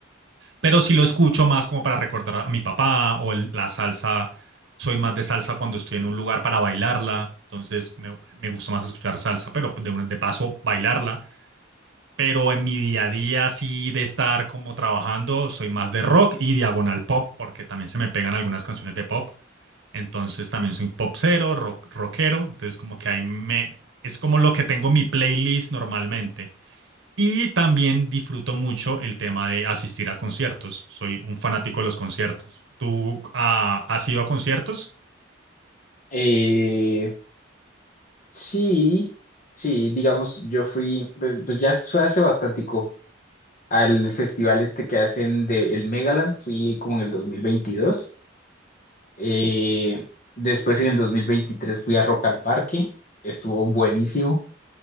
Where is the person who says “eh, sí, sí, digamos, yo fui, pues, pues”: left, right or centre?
Left